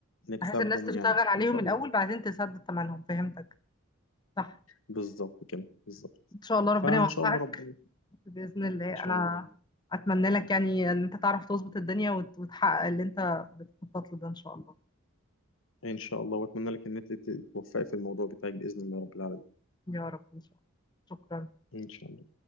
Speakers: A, on the left; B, on the left.
A: نكسبهم
B: بحيث الناس تشتغل
A: يعني
B: عليهم
A: ان شاء
B: الأول
A: الله
B: بعدين تسدد ثمنهم فهمتك صح
A: بالظبط كده بالظبط
B: إن شاء الله ربنا
A: فان
B: يوفقك
A: شاء الله ربنا
B: بإذن الله
A: ان شاء
B: أنا
A: الله
B: أتمنى لك يعني إن أنت تعرف تظبط الدنيا وت- وتحقق اللي أنت بتخطط له ده إن شاء الله
A: ان شاء الله واتمنى لك ان انت تتوفقي في الموضوع بتاعك باذن الله رب العالمين
B: يا رب إن شاء الله شكرا
A: ان شاء الله